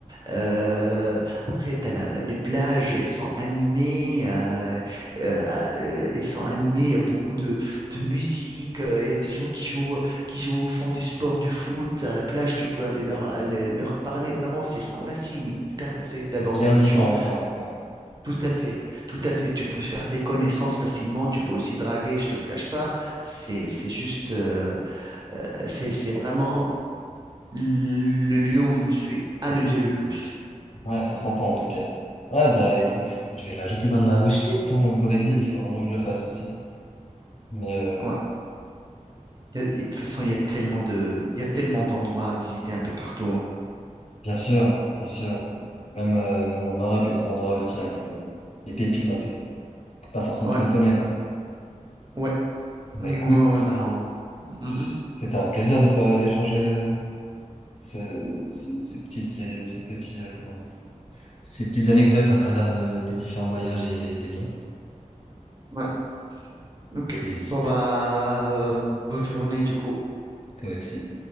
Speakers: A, on the right; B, on the left.
A: Euh, après, t'as la- la- les plages, elles sont animées. euh, euh, euh, elles sont animées, il y a beaucoup de, de musique. euh, Il y a des gens qui jouent, qui jouent au fond du sport, du foot. À la plage, tu peux aller leur, aller leur parler. Vraiment, c'est facile, mais hyper facile
B: c'est
A: d'aborder
B: bien
A: des
B: vivant,
A: gens.
B: quoi. Ouais,
A: Tout à fait, tout à fait. Tu peux faire des connaissances facilement, tu peux aussi draguer, je te le cache pas. C'est, c'est juste, euh, c'est, c'est vraiment le lieu où je me suis amusé le plus.
B: ouais, ça s'entend en tout cas. Ouais, bah écoute, je vais l'ajouter dans ma wishlist, hein, le Brésil. Il faut vraiment que je le fasse aussi. Mais euh,
A: Ouais. Y a- y- De toute façon, il y a tellement de, il y a tellement d'endroits à visiter un peu partout. hein.
B: bien sûr, bien sûr. Même, euh, même en Europe, il y a des endroits aussi un peu, des pépites un peu, que pas forcément
A: Ouais,
B: tout le monde connaît, quoi.
A: Mmh, ouais.
B: Bah
A: Non,
B: écoute,
A: ouais, bah, on-
B: c'était
A: Mhm.
B: un plaisir de pas d'échanger euh, ce- ce- ces petits, ces, ces petits, euh, comment dire, ces petites anecdotes à travers nos- tes différents voyages et des miens.
A: Ouais, ok.
B: Plaisir,
A: Bon, bah, euh, bonne journée du coup.
B: toi aussi.